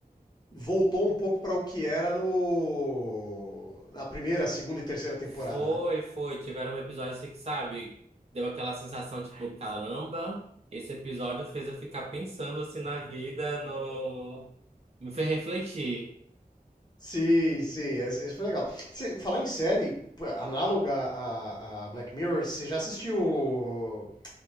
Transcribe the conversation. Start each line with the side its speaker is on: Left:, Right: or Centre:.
Left: voltou um pouco para o que era no na primeira, segunda e terceira temporada,
Right: Foi,
Left: né?
Right: foi. Tiveram episódios assim que, sabe, deu aquela sensação, tipo, caramba, esse episódio fez eu ficar pensando assim na vida, no... me fez refletir.
Left: Sim, sim, esse esse foi legal. Você, falar em série pô, análoga a, a Black Mirror, você já assistiu